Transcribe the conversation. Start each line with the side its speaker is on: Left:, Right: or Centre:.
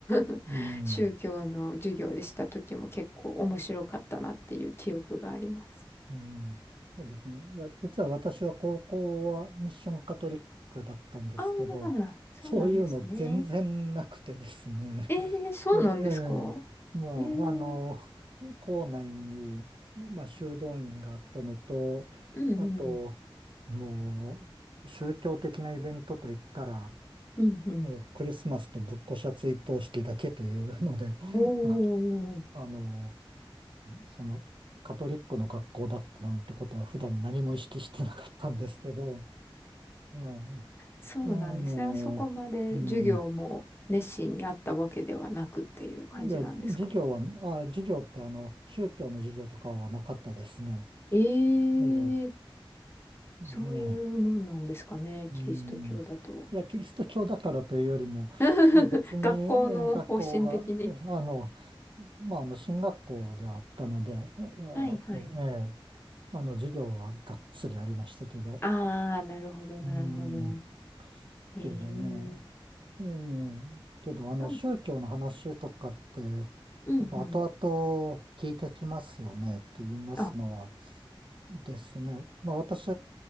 Left: <laughs>
Right: うん。
Left: 宗教の授業でした時も結構面白かったなっていう記憶があります。
Right: うん。うん、そうですね。いや、実は私は高校はミッションカトリックだったんですけど、
Left: ああ、そうなんですね。
Right: そういうの全然なくてですね。
Left: ええそうなんですか
Right: <laughs> ええ、まあ、
Left: ええ
Right: あの、校内に、まあ、修道院があったのと、
Left: うんうん、
Right: あと、もう、宗教的なイベントといったら、
Left: うんうん。
Right: ええ、クリスマスとぶっこしゃ追悼式だけというので、
Left: おお
Right: <laughs> まあ、あの、その、カトリックの学校だったなんてことは普段何も意識してなかったんですけど、いや、
Left: そうなんですね。
Right: あの、
Left: そこまで授業も熱心にあったわけではなくっていう感じなんですか
Right: うん、いや、授業は、あ、授業ってあの、宗教の授業とかはなかったですね。
Left: ええ
Right: ええね
Left: そういうもんなんですかね、
Right: え、
Left: キリスト教だと。
Right: うん。いや、キリスト教だからというよりも、
Left: <laughs>
Right: まあ別にえー学校が、
Left: 学校の方針的に。
Right: えあの、まああの、進学校ではあったので、うわーって、
Left: はいはい。
Right: ええあの、授業はがっつりありましたけど、
Left: ああ、なるほど、
Right: うん。
Left: なるほど。ええ
Right: けどね。ええけど、あの、
Left: なん
Right: 宗教の話とかって、や
Left: うんうん。
Right: っぱ後々聞いてきますよねって言いますのは
Left: あ、
Right: ですね。まあ私、